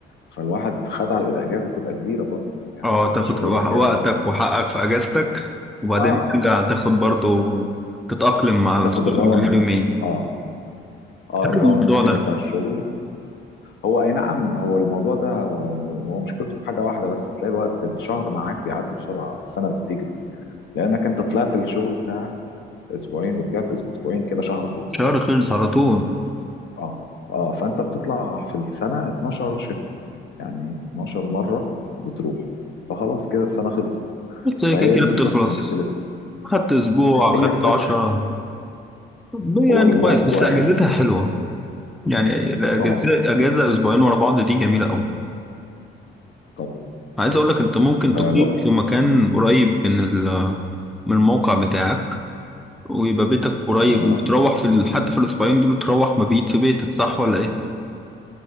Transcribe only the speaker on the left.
فالواحد خد على الاجازه تبقى كبيره برضه يعني
14
يوم
اجازه انا
اه
تاخد الراوند
اه اه
الراوند
التاني
بتاع الشغل هو اي نعم هو الموضوع ده هو هو مشكلته في حاجه واحده بس تلاقي الوقت الشهر معاك بيعدي بسرعه السنه بتجري لانك انت طلعت الشغل بتاعك اسبوعين ورجعت اسبوعين كده شهر خلص
اه اه فانت بتطلع في السنه 12 شيفت يعني 12 مره بتروح فخلاص كده السنه خلصت
فهي
دي
بس مشكلتها
هي فراخ
هو
الوقت
واحد
طبعا
طبعا
فالوقت
آه